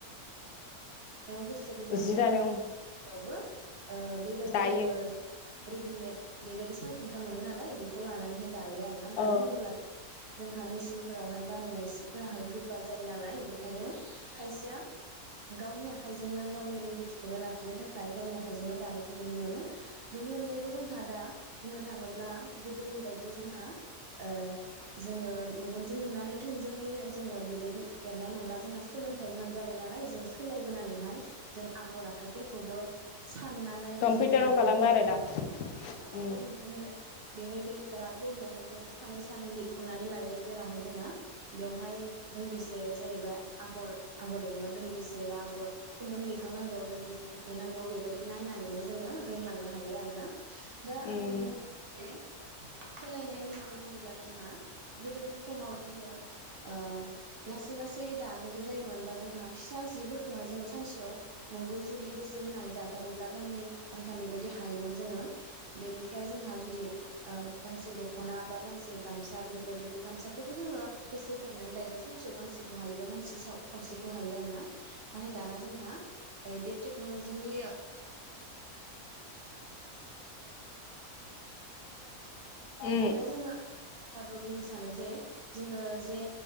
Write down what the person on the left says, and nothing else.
जि दानो
दायो
औ
कम्पिउटाराव
खालामो आरोना
उम
उम
उम